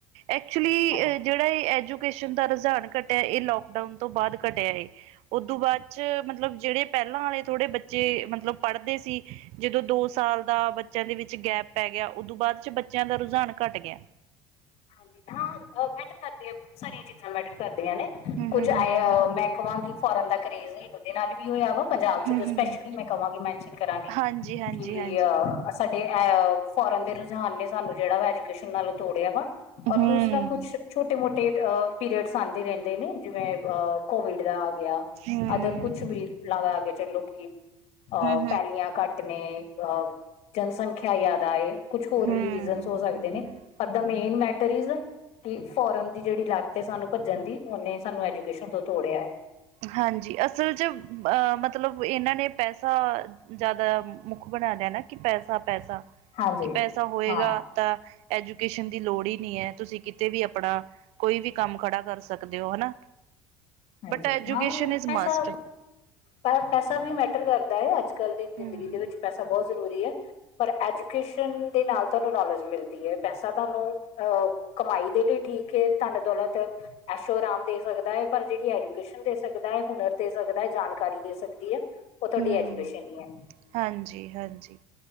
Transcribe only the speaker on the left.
ਹਾਂਜੀ
ਹਾਂਜੀ ਹਾਂ ਮੈਟਰ ਕਰਦੀਆਂ, ਬੋਤ ਸਾਰੀਆਂ ਚੀਜ਼ਾਂ ਮੈਟਰ ਕਰਦੀਆਂ ਨੇ।
ਕੁੱਝ
ਆਏ
ਮੈਂ- ਕਵਾਂ ਗੀ ਫੋਰਨ ਦਾ ਕਰੇਜ਼, ਓਦੇ ਨਾਲ ਵੀ ਹੋਇਆ ਵਾ। ਪੰਜਾਬ
'ਚ ਤੇ ਸਪੈਸ਼ਲੀ
ਮੈਂ ਕਵਾਂਗੀ, ਮੈਨਸ਼ਨ ਕਰਾਂਗੀ
ਕਿ
ਆ- ਆ ਸਾਡੇ ਐ ਫੋਰਨ ਦੇ ਰੁਝਾਨ ਨੇ ਸਾਨੂੰ ਜੇੜਾ ਵਾ ਐਜੂਕੇਸ਼ਨ ਨਾਲ ਤੋੜਿਆ ਵਾ। ਔਰ
ਦੂਸਰਾ
ਕੁੱਛ ਛੋਟੇ-ਮੋਟੇ ਆ ਪੀਰੀਅਡਸ ਆਂਦੇ ਰੈਂਦੇ ਨੇ, ਜਿਵੇਂ ਆ ਕੋਵਿਡ ਦਾ ਆ ਗਯਾ।
ਅਦਰ ਕੁਛ ਵੀ ਲਗਾ ਕੇ ਚੱਲੋ ਕੀ ਅਹ
ਪੈਲੀਆਂ ਘੱਟ ਟ ਨੇ ਅਹ ਜਨਸੰਖਿਆ ਜਾਦਾ ਏ। ਕੁਛ ਹੋਰ
ਵੀ ਰੀਜ਼ਨਸ ਹੋ ਸਕਦੇ ਨੇ
ਪਰ ਦਾ ਮੇਨ ਮੈ ਟਰ ਇਜ ਕੀ ਫੋਰਨ ਦੀ ਜੇੜੀ ਲਤ ਏ ਸਾਨੂੰ ਭੱਜਣ ਦੀ, ਓਨੇ ਸਾਨੂੰ ਐਜੂਕੇਸ਼ਨ ਤੋਂ ਤੋੜਿਆ ਐ।
ਹਾਂਜੀ।
ਹਾਂ
ਹਾਂਜੀ
ਹਾਂ
ਪੈਸਾ
ਪ ਪੈਸਾ ਵੀ ਮੈਟਰ ਕਰਦਾ ਏ। ਅੱਜ-ਕੱਲ ਦੀ ਜ਼ਿੰਦਗੀ
ਦੇ ਵਿੱਚ ਪੈਸਾ ਬੋਤ ਜ਼ਰੂਰੀ ਐ। ਪਰ ਐਜੂਕੇਸ਼ਨ ਦੇ ਨਾਲ ਤਾਨੂੰ ਨੌਲੇਜ ਮਿਲਦੀ ਐ ਪੈਸਾ ਤਾਨੂੰ- ਕਮਾਈ ਦੇ ਲਈ ਠੀਕ ਏ ਧੰਨ ਦੌਲਤ ਐਸ਼ੋ -ਆਰਾਮ ਦੇ ਸਕਦਾ ਏ। ਪਰ ਜੇੜੀ ਐਜੂਕੇਸ਼ਨ ਦੇ ਸਕਦਾ ਏ, ਹੁਨਰ ਦੇ ਸਕਦਾ ਏ, ਜਾਣਕਾਰੀ ਦੇ ਸਕਦੀ ਏ। ਓ ਤੁਆਡੀ
ਐਜੂਕੇਸ਼ਨ ਈ ਐ।